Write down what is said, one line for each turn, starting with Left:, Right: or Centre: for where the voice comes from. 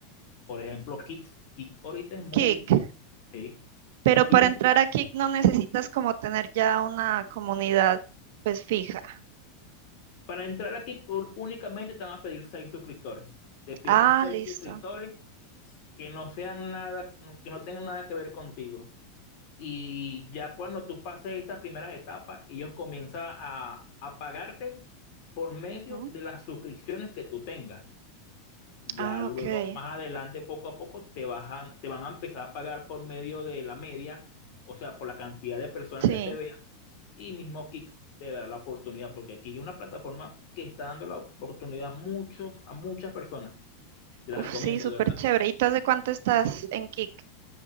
Left: por ejemplo Kick. Kick ahorita es muy,
Right: Kick,
Left: sí.
Right: pero
Left: Tien-
Right: para entrar a Kick no necesitas como tener ya una comunidad pues fija.
Left: Para entrar a Kick u- únicamente te van a pedir seis suscriptores. Te piden
Right: Ah,
Left: seis
Right: listo.
Left: suscriptores que no sean nada, que no tengan nada que ver contigo. Y ya cuando tú pases esas primeras etapas, ellos comienzan a, a pagarte por medio
Right: Ujú.
Left: de las suscripciones que tú tengas. Ya
Right: Ah,
Left: luego,
Right: ok.
Left: más adelante, poco a poco, te bajan, te van a empezar a pagar por medio de la media, o sea, por la cantidad de personas
Right: Sí,
Left: que te vean, y mismo Kick te dará la oportunidad, porque aquí es una plataforma que está dando la oportunidad a muchos, a muchas personas. Te
Right: uf,
Left: la recomiendo,
Right: sí, súper
Left: de verdad.
Right: chévere. ¿Y tú hace cuánto estás en Kik?